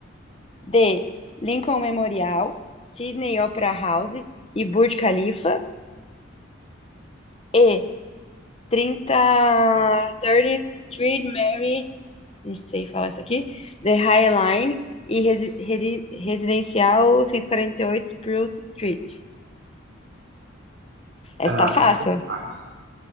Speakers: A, on the left (about 30°); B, on the right (about 60°).
A: D. Lincoln Memorial, Sydney Opera House e Burj Khalifa. E. 30 30 Street Mary, não sei falar isso aqui, The High Line e resi- resi- Residencial 148 Spruce Street.
B: Ah,
A: Essa tá
B: essa
A: fácil?
B: é fácil.